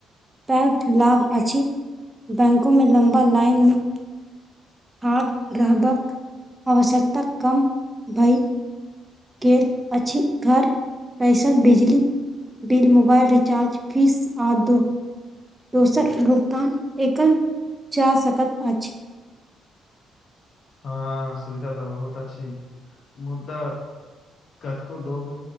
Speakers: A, on the right; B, on the left.
A: पैघ लाभ अछि <inaudible> बैंको में लम्बा लाइन नै आड रहबक आवश्यकता कम भय गेल अछि घर बैसल बिजली बिल मोबाइल रिचार्ज फीस आर दो दोसक भुगतान एकल जा सकत अछि
B: हँ सुविधा तऽ बहुत <inaudible> अछी मुदा कतको लोग